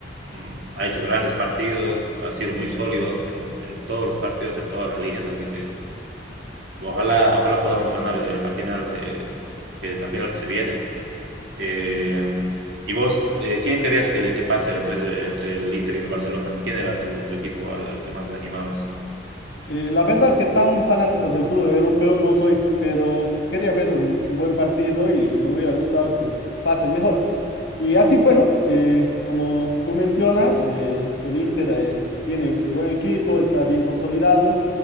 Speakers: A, on the right; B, on the left.
A: mm, ha hecho grandes partidos, ha sido muy sólido en, en todos los partidos, en todas las líneas, así que ojalá, ojalá podamos ganar eh, la final de que es la final que se viene. Eh, ¿y vos, eh, quién querías que, que pase entre, ese- entre el Inter y el Barcelona? ¿Quién era tu, tu equipo al, al que más le animabas?
B: Eh, la verdad que tan fanático del fútbol europeo no soy, pero quería ver un, un buen partido y me hubiera gustado que pase el mejor. Y así fue, ¿no? Eh, como tú mencionas, eh, el Inter eh, tiene un buen equipo, está bien consolidado.